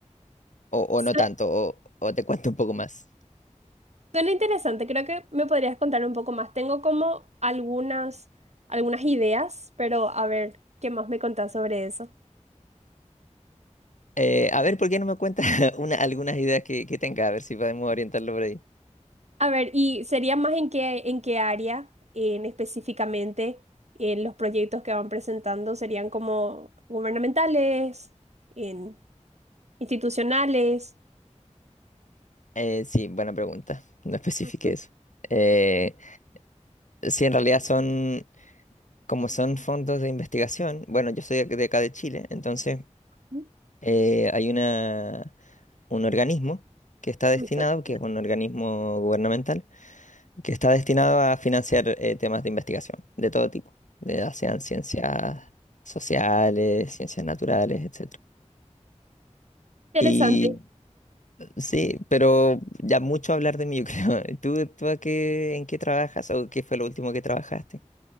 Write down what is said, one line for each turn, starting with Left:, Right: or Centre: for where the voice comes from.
Left: o-
Right: Su-
Left: o no tanto, o, o te cuento un poco más.
Right: Suena interesante, creo que me podrías contar un poco más. Tengo como algunas, algunas ideas, pero a ver, ¿qué más me contás sobre eso?
Left: Eh, a ver, ¿por qué no me cuentas <laughs> una- algunas ideas que, que tenga? A ver si podemos orientarlo por ahí.
Right: A ver, ¿y sería más en qué, en qué área, en específicamente, en los proyectos que van presentando? ¿Serían como gubernamentales, en institucionales?
Left: Eh, sí, buena pregunta. No especifique
Right: Ujú,
Left: eso. Eh, sí, en realidad son... como son fondos de investigación, bueno, yo soy de acá de Chile, entonces
Right: ujú.
Left: eh, hay una, un organismo que está destinado,
Right: bien.
Left: que es un organismo gubernamental, que está destinado a financiar eh, temas de investigación de todo tipo, de, ya sean ciencias sociales, ciencias naturales, etcétera.
Right: Interesante.
Left: Y sí, pero ya mucho hablar de mí, yo creo. <laughs> ¿Tú, tú a qué, en qué trabajas o qué fue lo último que trabajaste?